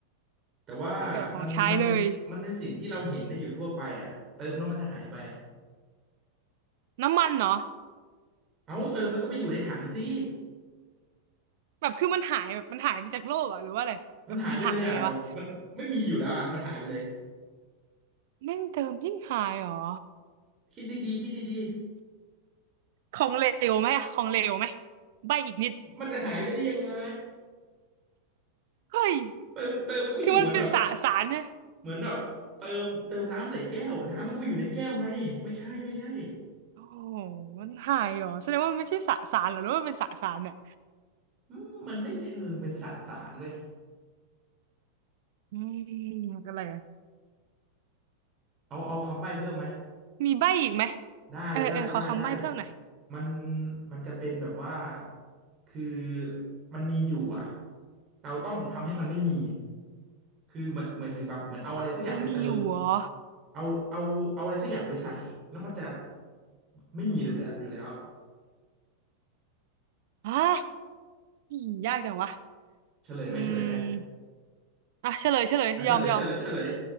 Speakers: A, on the right (about 30°); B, on the right (about 55°).
A: แต่ว่ามันมัน
B: ไม่เกี่ยวกับของใช้เลย
A: มันเป็นสิ่งที่เราเห็นได้อยู่ทั่วไปอ่ะเติมแล้วมันจะหายไป
B: น้ำมันเหรอ
A: เอ้าเติมมันก็ไปอยู่ในถังสิ
B: แบบคือมันหายแบบมันหายไปจากโลกเหรอหรือว่าอะไรแบบมันหายยังไงวะ
A: มันหายไปเลยอ่ะแบบมันไม่มีอยู่แล้วอ่ะมันหายไปเลย
B: แม่งเติมยิ่งหายเหรอ
A: คิดดีๆคิดดี
B: ของเหลวไหมอะของเหลวไหมใบอีกนิด
A: ๆมันจะหายไปได้ยังไง
B: เฮ้ย
A: เติมเติมมันก็ไปอยู่เหมือนแบบ
B: คือมันเป็นสสารเนี่ย
A: เหมือนแบบเติมเติมน้ำใส่แก้วน้ำมันก็ไปอยู่ในแก้วไงไม่ใช่ไม่ใช่
B: โอ้โหมันหายเหรอแสดงว่ามันไม่ใช่สสารเหรอหรือว่ามันเป็นสสารเนี่ย
A: อืมมันไม่เชิงเป็นสสารเว้ย
B: อืมอะไรอะ
A: เอาเอาคำใบ้เพิ่มไหม
B: มีใบอีกไหม
A: ได้ได้ได้ได้
B: เออเออขอคำใบ้เพิ่มหน่อย
A: มันมันจะเป็นแบบว่า คือมันมีอยู่อ่ะเราต้องทำให้มันไม่มี คือเหมือนเหมือนถึงแบบเหมือนเอาอะไรสักอย่างไปเติม
B: มันมีอยู่เหรอ
A: เอาเอาเอาอะไรสักอย่างไปใส่แล้วมันจะไม่มีเลยอยู่แล้วอยู่แล้ว
B: ฮะอี๋ยากจังวะ
A: เฉลยไหมเฉลยไหม
B: อืมอ่ะเฉลยเฉลยยอมยอม
A: อ่ะเฉลยเฉลยเฉลย